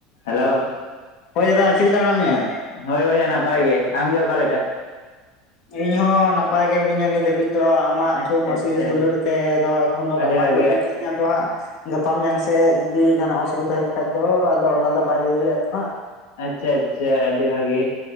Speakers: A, on the left (about 90°); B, on the left (about 50°).
A: Hello
B: ᱦᱚᱭ ᱫᱟᱫᱟ ᱪᱮᱫ ᱞᱮᱠᱟ ᱢᱮᱱᱟᱜ ᱢᱮᱭᱟ
A: ᱦᱳᱭ ᱵᱚᱭᱦᱟ ᱱᱟᱯᱟᱭ ᱜᱮ ᱟᱢᱜᱮ ᱚᱠᱟ ᱞᱮᱠᱟ
B: ᱤᱧ ᱦᱚᱸ ᱱᱟᱯᱟᱭ ᱜᱮ ᱢᱤᱱᱟᱹᱧᱟ ᱱᱤᱛ ᱫᱷᱟᱹᱵᱤᱡ ᱛᱚ ᱟᱢᱟᱜ
A: ᱟᱪᱪᱷᱟ
B: ᱛᱷᱩᱢ ᱟᱥᱤᱥ
A: ᱟᱪᱪᱷᱟ
B: ᱫᱩᱞᱟᱹᱲ ᱛᱮᱫᱚ ᱮᱠᱷᱚᱱ ᱫᱚ
A: ᱟᱹᱰᱤ
B: ᱱᱟᱯᱟᱭ
A: ᱵᱷᱟᱜᱮ
B: ᱜᱮ ᱢᱤᱱᱟᱹᱧ ᱠᱟᱹᱫᱤᱧᱟ ᱟᱫᱚ ᱦᱟᱸᱜ ᱜᱟᱯᱟ ᱢᱮᱭᱟᱝ ᱥᱮᱫ ᱡᱩᱫᱤ ᱡᱟᱦᱟᱱᱟᱜ ᱚᱥᱩᱵᱤᱫᱟ ᱦᱩᱭᱩᱜ ᱠᱷᱟᱡ ᱫᱚ ᱟᱫᱚ ᱚᱱᱟ ᱫᱚ ᱵᱟᱹᱧ ᱞᱟᱹᱭ ᱫᱟᱲᱮᱭᱟᱜᱼᱟ ᱛᱚ ᱦᱟᱸᱜ
A: ᱟᱪᱪᱷᱟ ᱟᱪᱪᱷᱟ ᱟᱹᱰᱤ ᱵᱷᱟᱜᱮ